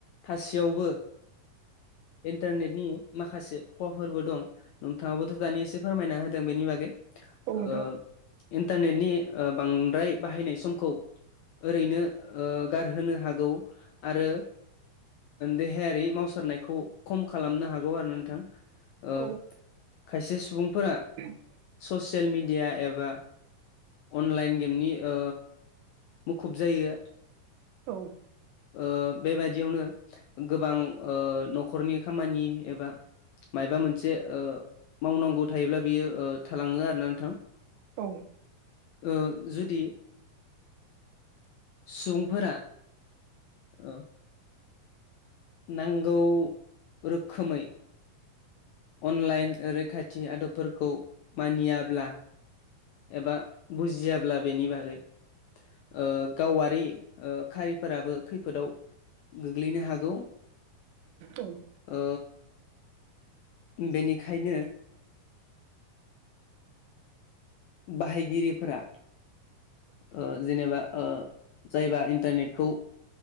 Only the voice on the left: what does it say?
थासेयावबो इन्टारनेटनि माखासे खहाफोरबो दं नोंथाङाबोथ' दानि एसे फोरमायना होदों बेनि बागै।
ओ इन्टारनेटनि ओ बांद्राय बाहायनाय समखौ ओरैनो ओ गारहोनो हागौ आरो देहायारि मावसारनायखौ खम खालामनो हागौ आरोना नोंथां। ओ
खायसे सुबुंफोरा
सस ससियेल मिडिया एबा अनलाइन गेमनि ओ मुखुब जायो।
ओ बेबाददियावनो गोबां ओ न'खरनि खामानि एबा मायबा मोनसे ओ मावनांगौ थायोब्ला बियो ओ थालाङो आरोना नोंथां।
ओ जुदि सुबुंफोरा औ नांगौ रोखोमै अनलाइन रैखाथि आदबफोरखौ मानियाब्ला एबा बुजियाब्ला बेनि बागै ओ गावारि ओ खारिफोराबो खैफोदाव गोग्लैनो हागौ।
ओ बेनिखायनो बाहायगिरिफोरा ओ जेनेबा ओ जायबा इन्टारनेटखौ